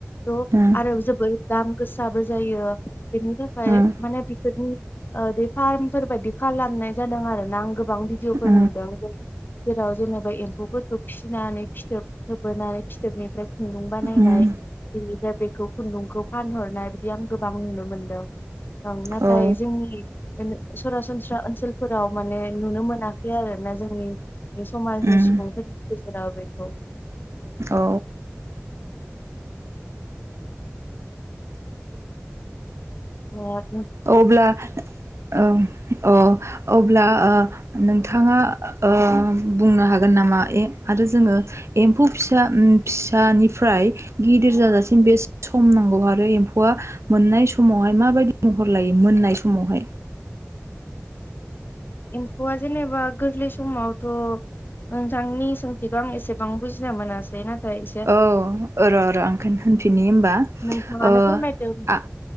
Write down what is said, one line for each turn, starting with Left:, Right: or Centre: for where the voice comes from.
Left: थ'
Right: उम
Left: आरो जोबोर दाम गोसाबो जायो बेनि थाखाय
Right: उम
Left: माने बिफोरनि बे फार्मफोर बायदि खालामनाय जादों आरो ना आं गोबां भिडिअफोर
Right: उम
Left: नुदों। जेरै जेराव जेनेबा एम्फौफोरखौ फिसिनानै फिथोब थोबोनानै फिथोबनिफ्राय खुन्दुं बानायनाय
Right: उम
Left: बेनिफ्राय बेखौ खुन्दुंखौ फानहरनाय बिदि आं गोबां नुनो मोनदों। ओं नाथाय
Right: औ
Left: जोंनि सरासनस्रा ओनसोलफोराव माने नुनो मोनाखै आरो ना जोंनि बे समाजनि
Right: उम
Left: सुबुंफोरनि गेजेराव बेखौ
Right: औ।
Left: म <unintelligible>
Right: अब्ला ओ अ अब्ला ओ नोंथाङा ओ बुंनो हागोन नामा ए आरो जोङो एम्फौ फिसा फिसानिफ्राय गिदिर जाजासिम बेसे सम नांगौ आरो एम्फौआ मोननाय समाव समावहाय माबायदि महर लायो मोननाय समावहाय?
Left: एम्फौआ जेनेबा गोरलै समावथ' नोंथांनि सोंथिखौ आं एसेबां बुजिनो मोनासै नाथाय एसे
Right: औ र र आं होनफिननि हमबा
Left: नोंथाङानो
Right: ओ
Left: फोरमायदो
Right: आं